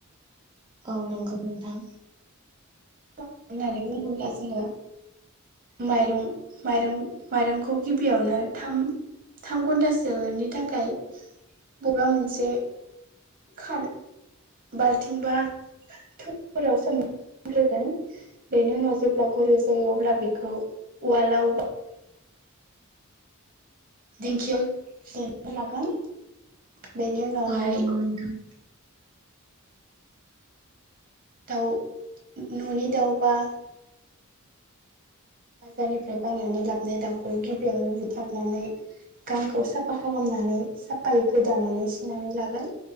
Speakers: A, on the right (about 20°); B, on the right (about 40°).
A: औ नंगौ नोंथां
B: होननानै बुङोब्ला जोङो माइरं माइरं माइरंखौ गिबि गिबियावनो थाम थाम घन्टासोनि थाखाय बबेबा मोनसे खानो बाल्थिंबा थौफोराव सोमग्रोगोन बेनि उनाव जेब्ला गुरै जायो अब्ला बेखौ उवालाव दिेंखियाव देना लागोन बेनि उनावहाय
A: औ नंगौ नोंथां <inaudible>
B: दाउ न'नि दाउबा बाजारनिफ्राय बायनानै लाबोन दाउखौ गिबियावनो बुथारनानै गांखौ साफा खालामनानै साफायै गोदानानै सुनानै लागोन